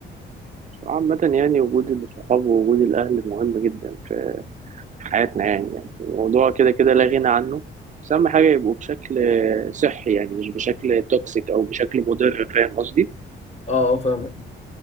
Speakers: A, on the right; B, on the left.
A: عامة يعني وجود الصحاب ووجود الأهل مهم جدا في في حياتنا يعني يعني الموضوع كده كده لا غنى عنه بس أهم حاجة يبقوا بشكل صحي يعني مش بشكل توكسيك أو بشكل مضر فاهم قصدي؟
B: اه آه، فاهمك